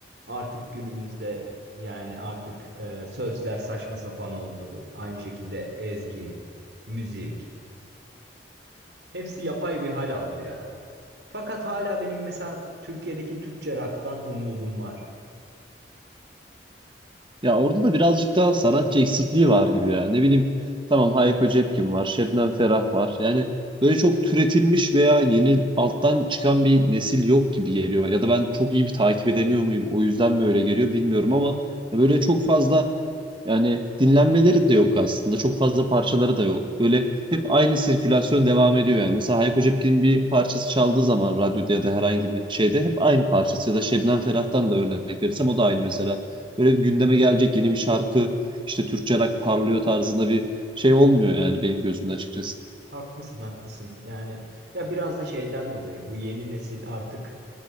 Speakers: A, on the right; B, on the right.
A: artık günümüzde yani artık e, sözler saçma sapan oldu. Aynı şekilde ezgi, müzik hepsi yapay bir hal aldı ya. Fakat hala benim mesela Türkiye'deki Türkçe rock'tan umudum var.
B: Ya orada da birazcık daha sanatçı eksikliği var gibi ya. Ne bileyim tamam Hayko Cepkin var, Şebnem Ferah var. Yani böyle çok türetilmiş veya yeni alttan çıkan bir nesil yok gibi geliyor. Ya da ben çok iyi bir takip edemiyor muyum? O yüzden mi öyle geliyor bilmiyorum ama ya böyle çok fazla yani dinlenmeleri de yok aslında. Çok fazla parçaları da yok. Böyle hep aynı sirkülasyon devam ediyor yani. Mesela Hayko Cepkin'in bir parçası çaldığı zaman radyoda ya da herhangi bir şeyde hep aynı parçası ya da Şebnem Ferah'tan da örnek verirsem o da aynı mesela böyle bir gündeme gelecek yeni bir şarkı işte Türkçe rock parlıyor tarzında bir şey olmuyor yani benim gözümde açıkçası.
A: Haklısın, haklısın. Yani ya biraz da şeyden dolayı bu yeni nesil artık